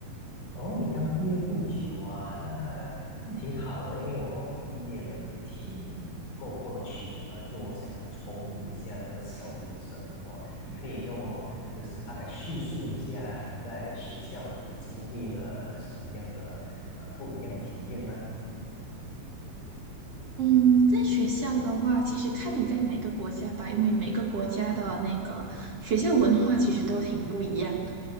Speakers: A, on the left; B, on the right.
A: 哦，你刚毕业不久啊，那那挺好的，因为我毕业了也挺过过了许久了，就我想重温一下这个校园生活。你可以跟我就是大概叙述一下你在学校里经历了什么样的呃不一样的体验吗？
B: 嗯，在学校的话，其实看你在哪个国家吧，因为每个国家的那个学校文化其实都挺不一样的。